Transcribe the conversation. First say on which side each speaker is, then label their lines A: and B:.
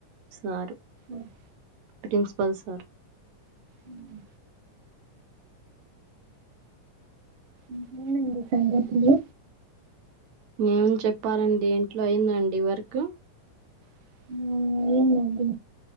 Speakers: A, on the right (about 65°); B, on the right (about 80°).
A: సార్
B: ఉమ్
A: ప్రిన్సిపల్ సార్
B: ఉమ్ ఇంకేంటండి సంగతులు
A: ఏమి చెప్పాలండి ఇంట్లో అయిందండి వర్క్
B: ఆ అయింది అండీ